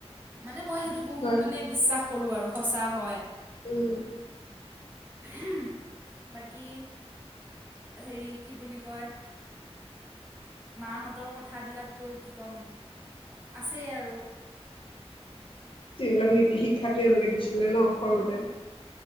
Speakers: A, on the right; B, on the left.
A: মানে মই সেইটো বহুত
B: হয়
A: মানে বিশ্বাস কৰো আৰু সঁচা হয়।
B: উম
A: উম বাকী হেৰি কি বুলি কয় মাহঁতৰ কথাবিলাক কি ক'ম, আছেই আৰু।
B: যবিলাক নীতি শিক্ষা তেওঁলোকে দিছিলে ন সৰুতে।